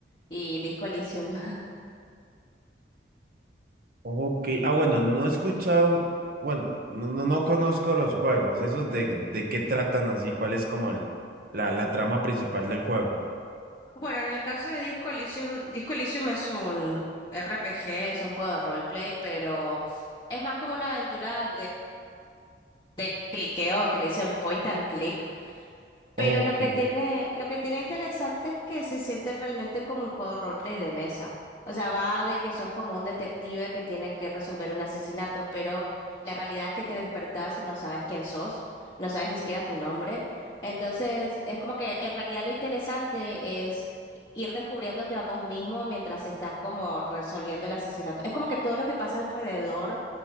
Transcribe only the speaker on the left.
y Disco Elysium. <laughs>
Bueno, en el caso de Disco Elysium, Disco Elysium es un RPG, es un juego de roleplay, pero es más como una aventura de cliqueo, que le dicen point and click, pero
lo que tiene, lo que tiene interesante es que se siente realmente como un juego roleplay de mesa. O sea, va de que sos como un detective que tiene que resolver un asesinato, pero la realidad es que te despertás y no sabes quién sos, no sabes ni siquiera tu nombre. Entonces, es como que en realidad lo interesante es ir descubriéndote a vos mismo mientras estás como resolviendo el asesinato. Es como que todo lo que pasa alrededor